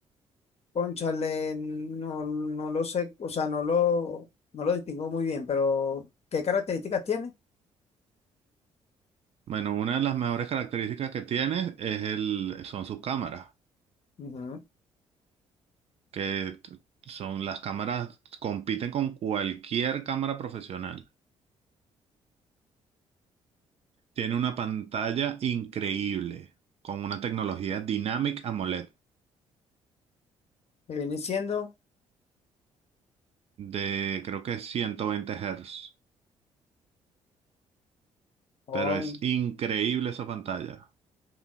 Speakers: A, on the left; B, on the right.
A: Cónchale, no, no lo sé, o sea, no lo, no lo distingo muy bien, pero ¿qué características tiene?
B: Bueno, una de las mejores características que tiene es el, son sus cámaras,
A: Ujú,
B: que t- son las cámaras, compiten con cualquier cámara profesional. Tiene una pantalla increíble, con una tecnología Dynamic AMOLED
A: Me viene diciendo,
B: de creo que 120 Hz,
A: con,
B: pero es increíble esa pantalla.